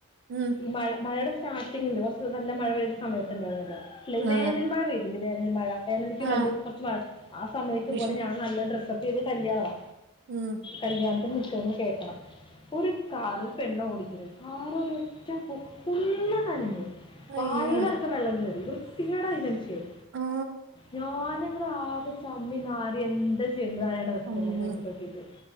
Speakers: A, on the right (about 50°); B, on the left (about 20°).
A: ഉം
B: ഈ മഴ മഴയടെ സ്റ്റാർട്ടിങ്ങില്ലേ കൊറച്ച് നല്ല മഴ പെയ്ത സമയത്ത് ഉണ്ടായിര്ന്നല്ലോ അല്ല ഈ
A: ആ
B: വേനൽ മഴ പെയ്തില്ലേ വേനൽ മഴ വേനല്ക്ക്
A: ആ
B: രണ്ട് കൊറച്ച് മഴ ആ സമയത്ത് ഇത്
A: വിഷം
B: പോലെ ഞാൻ നല്ല ഡ്രെസപ്പിയ്ത് കല്യാണവാ
A: ഉം
B: കല്യാണത്തിന് നിക്ക ഇങ്ങള് കേക്കണം ഒരു കാറ് ഒര് പെണ്ണ് ഓടിക്ക്‌ണത് കാറ് രൊറ്റപ്പോക്ക് ഫുള്ള നനഞ്ഞു വായേലടക്കം
A: അയ്യോ
B: വെള്ളം കേറി വൃത്തികേടായി മന്ഷ്യൻ
A: ആ
B: ഞാനങ്ങടാകെ ചമ്മി നാറി എന്താ ചെയ്യണ്ട്ന്നറിയാണ്ട നിക്കങ്ങനെ
A: ഉം
B: മേപ്പട്ടോക്കിട്ട്